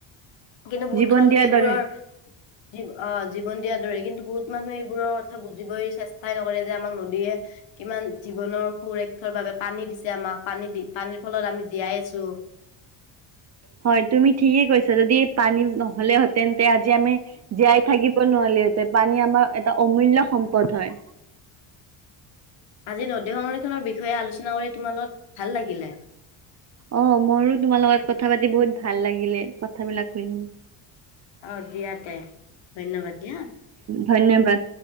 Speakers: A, on the left; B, on the right.
A: কিন্তু বহুতো
B: জীৱন
A: মানুহ
B: দিয়াৰ
A: এইবোৰৰ
B: দৰে
A: যি আহ জীৱন দিয়াৰ দৰে কিন্তু বহুত মানুহে এইবোৰৰ কথা বুজিবই চেষ্টাই নকৰে যে আমাক নদীয়েীয়ে কিমান জীৱনৰ সুুৰক্ষাৰ বাবে পানী দিছে আমাক পানী দি পানীৰ ফলত আমি জীয়াই আছো।
B: হয় তুমি ঠিকেই কৈছা যদি পানী নহ'লে, তেন্তে আজি আমি জীয়াই থাকি নহ'লি এতে পানী আমাৰ এটা অমূল্য সম্পদ হয়।
A: আজি নদী সংৰক্ষণৰ বিষয়ে আলোচনা কৰি তোমাৰ লগত ভাল লাগিলে।
B: অ', মোৰো তোমাৰ লগত কথা পাতি বহুত ভাল লাগিলে কথাবিলাক কৈন।
A: অ দিয়া তে ধন্যবাদ দিয়া।
B: ধন্যবাদ।